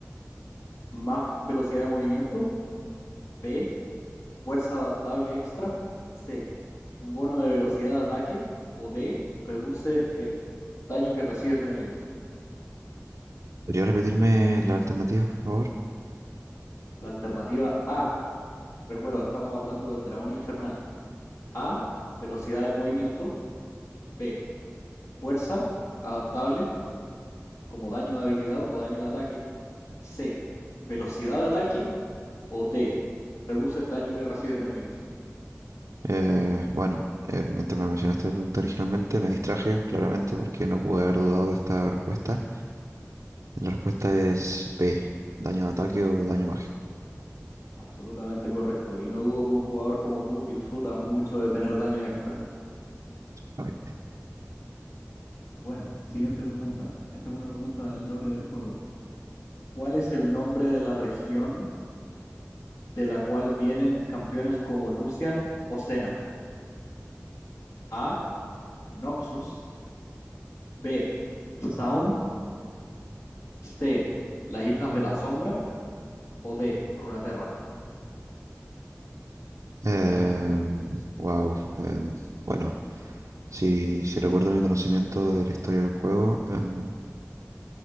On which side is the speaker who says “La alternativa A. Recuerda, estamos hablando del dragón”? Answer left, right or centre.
Left